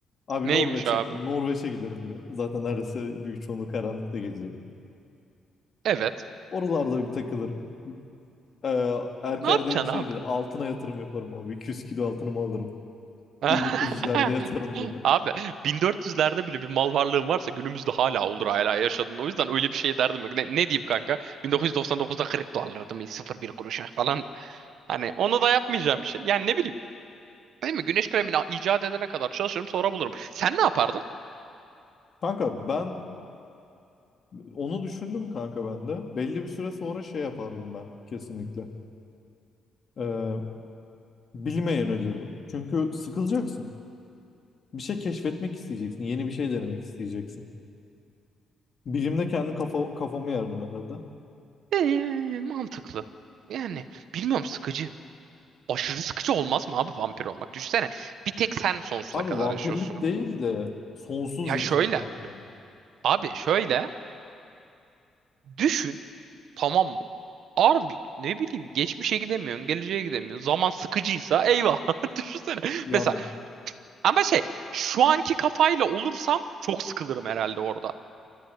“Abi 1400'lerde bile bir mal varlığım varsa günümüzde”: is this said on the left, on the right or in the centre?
Right